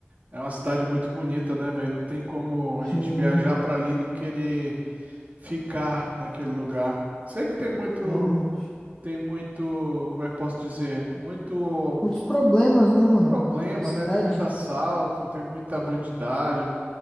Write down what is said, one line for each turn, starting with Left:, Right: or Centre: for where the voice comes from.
Right: É uma cidade muito bonita, né, velho? Não tem como a
Left: Sim,
Right: gente viajar pra ali e não querer ficar naquele lugar. Sei que tem muito,
Left: realmente.
Right: tem muito, como é que eu posso dizer? Muito
Left: Muitos problemas, né, mano?
Right: problema,
Left: Na cidade.
Right: né? Tem muito assalto, tem muita bandidagem,